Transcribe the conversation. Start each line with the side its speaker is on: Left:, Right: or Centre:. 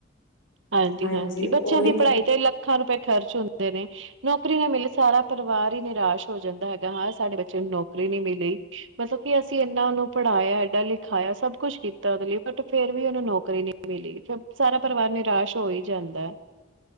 Right: ਹਾਂਜੀ-ਹਾਂਜੀ
Left: ਹਾਂਜੀ
Right: ਬੱਚਿਆਂ
Left: ਉਹੀ
Right: ਦੀ ਪੜ੍ਹਾਈ
Left: ਤਾਂ
Right: ਤੇ ਰੁਪਏ ਲੱਖਾਂ ਰੁਪਏ ਖਰਚ ਹੁੰਦੇ ਨੇ ਨੌਕਰੀ ਨਾ ਮਿਲੇ ਸਾਰਾ ਪਰਿਵਾਰ ਈ ਨਿਰਾਸ਼ ਹੋ ਜਾਂਦਾ ਹੈਗਾ ਹਾਂ ਸਾਡੇ ਬੱਚੇ ਨੂੰ ਨੌਕਰੀ ਨੀ ਮਿਲੀ ਮਤਲਬ ਕੀ ਅਸੀਂ ਏਨਾ ਓਨੂੰ ਪੜ੍ਹਾਇਆ ਏਡਾ ਲਿਖਾਇਆ ਸਭ ਕੁਛ ਕੀਤਾ ਓ ਲਈ ਬਟ ਫੇਰ ਵੀ ਓਨੂੰ ਨੌਕਰੀ ਨੀ ਮਿਲੀ, ਫੇਰ ਸਾਰਾ ਪਰਿਵਾਰ ਨਿਰਾਸ਼ ਹੋ ਹੀ ਜਾਂਦਾ।